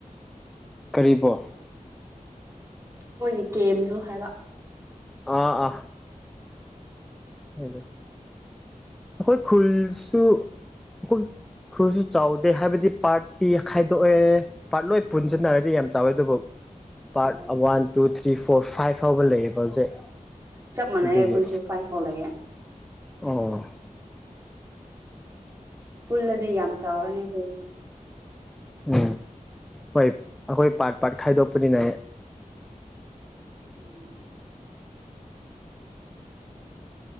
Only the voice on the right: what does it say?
ꯃꯣꯏꯒꯤ ꯀꯦꯝꯗꯣ ꯍꯥꯏꯕ꯫
ꯑꯣ
ꯆꯞ ꯃꯥꯟꯅꯩ
ꯑꯩꯈꯣꯏꯁꯨ ꯐꯥꯏ ꯐꯥꯎ ꯂꯩꯌꯦ꯫
ꯄꯨꯜꯂꯗꯤ ꯌꯥꯝ ꯆꯥꯎꯔꯅꯤ ꯑꯩꯈꯣꯏꯒꯤꯁꯨ꯫
ꯎꯝ꯫